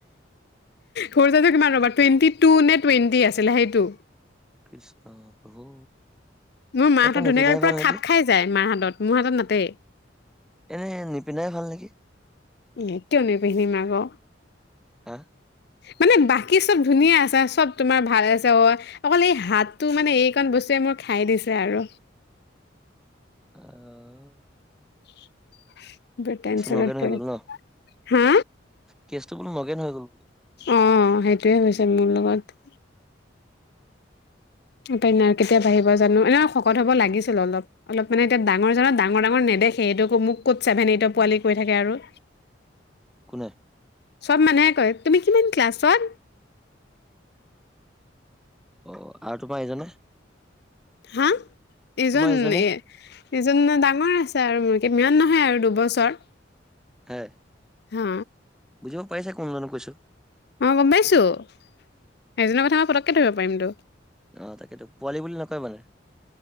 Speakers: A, on the left; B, in the centre.
A: সৰু যোৰটো কিমান ৰ'ব, টুৱেণ্টি টু নে টুৱেণ্টি আছিলে, সেইটো।
B: কৃষ্ণ প্ৰভু।
A: মোৰ মা
B: তাকে
A: হাতত
B: নিপিন্ধাই
A: ধুনীয়াকে
B: ভাল
A: পোৰা
B: নেকি
A: খাপ খাই যায় মাৰ হাতত, মোৰ হাতত নাতেই।
B: এনে নিপিন্ধাই ভাল নেকি।
A: উম, কিয় নিপিন্ধিম আকৌ।
B: হা!
A: মানে, বাকী চব ধুনীয়া আছে চব তোমাৰ ভাল আছে, ওৱা। অকল এই হাতটো মানে এইকণ বস্তুৱে মোৰ, খাই দিছে আৰু।
B: অ'।
A: <unintelligible> বেহ, টেনশ্যনত
B: নগেন হৈ
A: পৰে।
B: গ'ল ন
A: হা?
B: কেচটো বোলো নগেন হৈ গ'ল বোলো
A: অ' হেইটোয়ে হৈছে মোৰ লগত। উপাই নাই আৰু কেতিয়া বাঢ়িব জানোঁ। এনেও শকত হ'ব লাগিছিল অলপ। অলপ মানে এতিয়া ডাঙৰ জনৰ, ডাঙৰ ডাঙৰ নেদেখে সেইটো মোক ক'ত, ছেভেন এইট এইটো পোৱালি কৈ থাকে আৰু।
B: কোনে?
A: চব মানুহে কয়, তুমি কিমান ক্লাছত।
B: অ' আৰু তোমাৰ এইজনে-
A: হা, এইজন
B: তোমাৰ ইজনে
A: সেইজন নো ডাঙৰ আছে আৰু মোৰ কে ইমান নহয় আৰু দুবছৰ-
B: হয় বুজিব
A: হা
B: পাৰিছে কোন জনক কৈছোঁ।
A: অঁ গম পাইছোঁ। সেইজনৰ কথা মই পটককৈ ধৰিব পাৰিমতো।
B: অ' তাকেতো পোৱালি বুলি নকয় মানে-